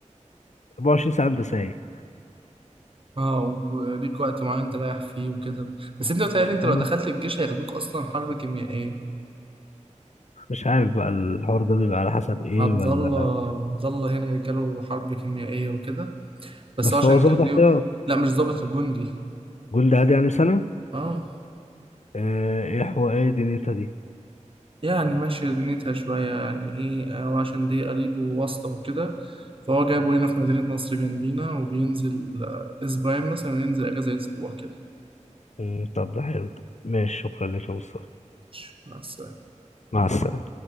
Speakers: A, on the left (about 65°); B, on the right (about 45°).
A: 24 ساعه انت سايق
B: اه وليك وقت معين تريح فيه وكده بس انت متهيألي
A: فكان
B: انت لو دخلت الجيش هياخدوك اصلا حرب كيميائية
A: مش عارف بقى الحوار ده بيبقى على حسب ايه
B: عبد
A: ولا
B: الله عبد الله هنا جاله حرب كيميائية وكده بس
A: بس
B: هو عشان
A: هو ظابط
B: كان ليه
A: احتياط
B: لا مش ظابط وجندي
A: جولد عادي يعني سنة
B: اه
A: آه، ايه حو ايه دنيتها دي
B: يعني ماشية دنيتها شوية يعني إيه آه، وعشان دي قريبه واسطة وكده فهو جايبه هنا في مدينة نصر جنبينا وبينزل آه، أسبوعين مثلا وينزل أجازة أسبوع كده
A: مم، طب ده حلو ماشي شكرا لك يا مصطفى
B: ماشي بس
A: مع السلامة